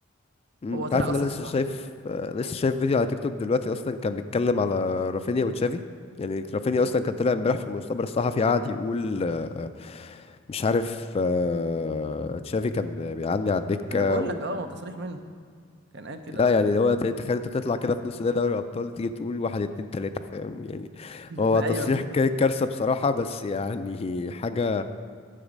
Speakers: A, on the left; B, on the right.
A: مم،
B: هو
A: انت
B: طلع
A: عارف ان
B: اصلا
A: انا لسه
B: صرح
A: شايف
B: بكده
A: آه، لسه شايف فيديو على تيك توك دلوقتي اصلا كان بيتكلم على رافينيا وتشافي يعني رافينيا اصلا كان طلع امبارح في المؤتمر الصحفي قاعد يقول آه، مش عارف آه، تشافي كان بيعدي على الدكة
B: انا بقول لك اه هو تصريح منه كان قال كده
A: لا
B: اه
A: يعني لو ت- تخيل انت تطلع كده في نص ده دوري الابطال تيجي تقول واحد اتنين تلاته فاهم يعني
B: <laughs>
A: هو تصريح
B: ايوه
A: ك- كارثه بصراحه بس يعني حاجه